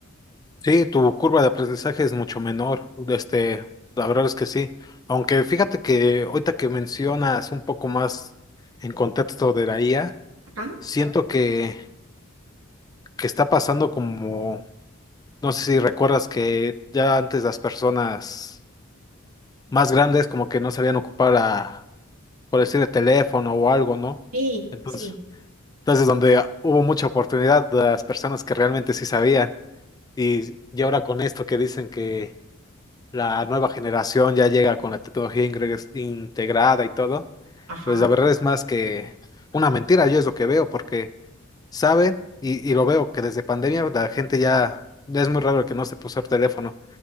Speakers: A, on the left (about 20°); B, on the right (about 80°).
A: Sí, tu curva de aprendizaje es mucho menor. Este, la verdad es que sí. Aunque fíjate que ahorita que mencionas un poco más en contexto de la IA,
B: Ajá.
A: siento que, que está pasando como, no sé si recuerdas que ya antes las personas más grandes como que no sabían ocupar a, por decir, el teléfono o algo, ¿no?
B: Sí,
A: Entonces,
B: sí.
A: entonces donde hubo mucha oportunidad de las personas que realmente sí sabían. Y, y ahora con esto que dicen que la nueva generación ya llega con la tecnología ingres- integrada y todo,
B: Ajá.
A: pues la verdad es más que una mentira, yo es lo que veo, porque saben, y, y lo veo que desde pandemia la gente ya, ya es muy raro que no se puso el teléfono,